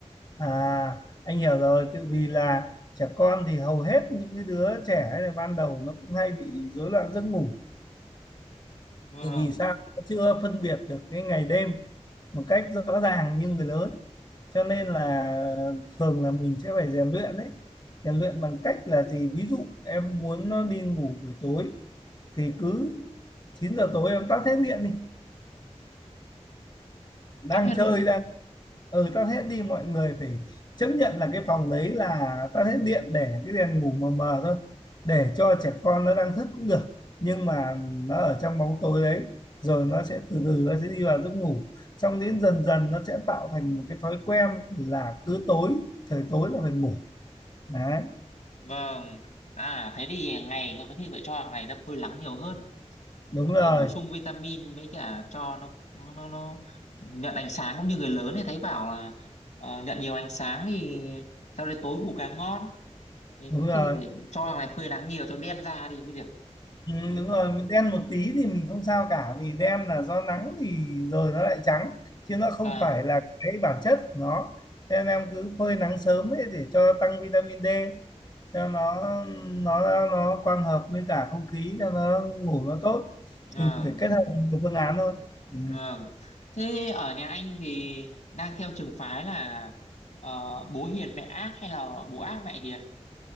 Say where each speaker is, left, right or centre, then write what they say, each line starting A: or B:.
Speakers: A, on the left; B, on the left.
A: à anh hiểu rồi tự vì là trẻ con thì hầu hết những cái đứa trẻ này ban đầu nó cũng hay bị rối loạn giấc ngủ
B: vâng
A: tự vì sao nó chưa phân biệt được cái ngày đêm một cách rõ ràng như người lớn cho nên là thường là mình sẽ phải rèn luyện đấy rèn luyện bằng cách là gì ví dụ em muốn nó đi ngủ buổi tối thì cứ 9 giờ tối em tắt hết điện đi đang
B: tắt hết
A: chơi
B: luôn
A: đang ừ tắt hết đi mọi người phải chấp nhận là cái phòng đấy là tắt hết điện để cái đèn ngủ mờ mờ thôi để cho trẻ con nó đang thức cũng được nhưng mà nó ở trong bóng tối đấy rồi nó sẽ từ từ nó sẽ đi vào giấc ngủ xong đến dần dần nó sẽ tạo thành một cái thói quen là cứ tối trời tối là phải ngủ đấy
B: Vâng. À thế thì ngày có khi phải cho hàng ngày ta phơi nắng nhiều hơn.
A: đúng
B: Nó
A: rồi
B: vừa bổ sung vitamin mới cả cho nó nó nó, nó nhận ánh sáng cũng như người lớn thì thấy bảo là ờ, nhận nhiều ánh sáng thì sau đấy tối ngủ càng ngon. Thì
A: đúng
B: có khi
A: rồi
B: phải cho thằng này phơi nắng nhiều cho đen da đi mới được.
A: Ừ,
B: Ừ,
A: đúng rồi đen một tí thì mình không sao cả vì đen là do nắng thì rồi nó lại trắng chứ nó không
B: Vâng,
A: phải là cái bản chất của nó cho nên em cứ phơi nắng sớm ấy để cho tăng vitamin D cho nó nó nó quang hợp với cả không khí cho nó ngủ nó tốt
B: vâng,
A: mình phải kết hợp nhiều phương án thôi ừ.
B: vâng. Thế ở nhà anh thì đang theo trường phái là ờ, bố hiền mẹ ác hay là bố ác mẹ hiền?